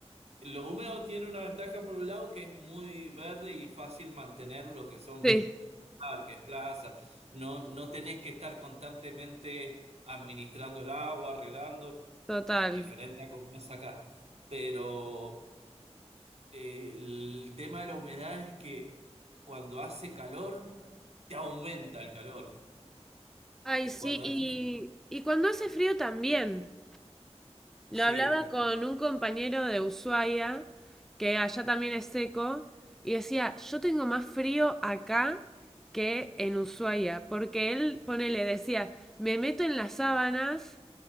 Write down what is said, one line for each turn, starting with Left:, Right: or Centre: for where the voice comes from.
Right: lo húmedo tiene una ventaja por un lado que es muy verde y fácil mantener lo que son
Centre: Sí,
Right: parques, plazas. No, no tenés que estar constantemente administrando el agua, regando.
Centre: total.
Right: diferente a como más acá. Pero eh, el tema de la humedad es que cuando hace calor, te aumenta el calor.
Centre: Ay,
Right: Y
Centre: sí.
Right: cuando
Centre: Y,
Right: hace, frío,
Centre: y cuando hace frío también. Lo
Right: sí,
Centre: hablaba con un compañero de Ushuaia, que allá también es seco, y decía, yo tengo más frío acá que en Ushuaia, porque él, ponele, decía, me meto en las sábanas.